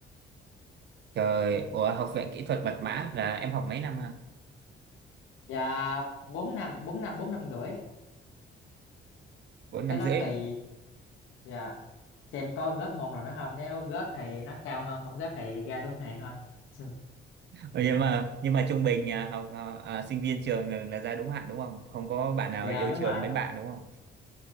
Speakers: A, on the right; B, on the left.
A: Trời, ủa học viện kỹ thuật mật mã là em học mấy năm hả?
B: dạ bốn năm bốn năm bốn năm rưỡi
A: Bốn
B: cái
A: năm
B: đó
A: rưỡi.
B: tùy dạ xem có gớt môn nào nữa không nếu gớt thì nó cao hơn không gớt thì ra đúng hạn thôi <laughs> Ừ.
A: Ừ, nhưng mà nhưng mà trung bình à, học à, à, sinh viên trường là ra đúng hạn đúng không? Không có bạn nào
B: dạ
A: yêu
B: đúng
A: trường
B: rồi
A: mến bạn đúng không?